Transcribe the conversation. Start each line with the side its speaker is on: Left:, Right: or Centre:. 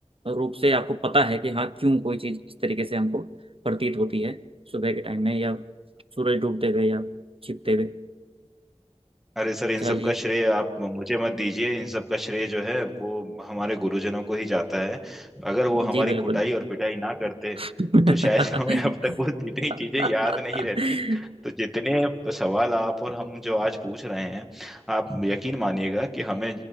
Right: रूप से आपको पता है कि हाँ क्यों कोई चीज़ इस तरीके से हमको प्रतीत होती है सुबह के टाइम में या सूरज डूबते हुए या छिपते हुए
Centre: अरे सर इन
Right: चलिए
Centre: सब का श्रेय आप मुझे मत दीजिए इन सब का श्रेय जो है वो हमारे गुरुजनों को ही जाता है अगर वो हमारी
Right: जी बिल्कुल
Centre: कुटाई और पिटाई ना करते
Right: <laughs>
Centre: तो शायद <laughs> हमें अब तक वो इतनी चीजें याद नहीं रहती तो जितने सवाल आप और हम जो आज पूछ रहे हैं आप यकीन मानिएगा कि हमें